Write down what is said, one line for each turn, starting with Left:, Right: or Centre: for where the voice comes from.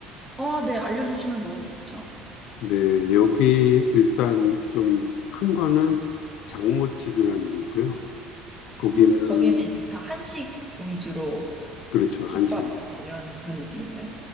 Centre: 아, 네, 알려주시면 너무 좋죠.
Left: 네, 여기 일단 좀 큰 거는 장모집이라는 게 있고요. 거기는,
Centre: 아, 거기는 이제 다 한식 위주로
Left: 그렇죠,
Centre: 집밥
Left: 한식이죠.
Centre: 뭐 이런 그런 느낌인가요?